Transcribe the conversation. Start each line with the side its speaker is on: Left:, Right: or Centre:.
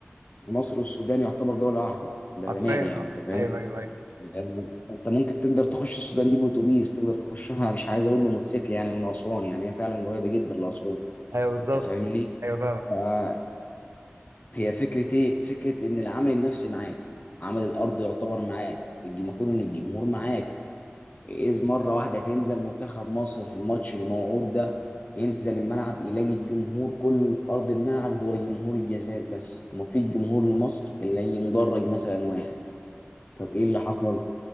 Left: مصر والسودان يعتبر دوله واحده ده
Right: حرفيا
Left: زمان يعني
Right: اه
Left: انت فاهمني
Right: ايوه ايوه ايوه
Left: يعني انت ممكن تقدر تخش السودان دي باتوبيس تقدر تخشها مش عايز اقول بموتوسيكل يعني من اسوان يعني هي فعلا قريبه جدا لاسوان
Right: ايوه بالظبط
Left: انت فاهمني
Right: ايوه فاهم
Left: آه، هي فكرة ايه؟ فكرة ان العامل النفسي معاك، عامل الارض يعتبر معاك، الج- المفروض ان الجمهور معاك، اذ مرة واحدة تنزل منتخب مصر في الماتش الموعود ده ينزل الملعب يلاقي الجمهور كله في ارض الملعب هو جمهور الجزائر بس، ومفيش جمهور لمصر الا أي مدرج مثلا واحد، طب ايه اللي حصل؟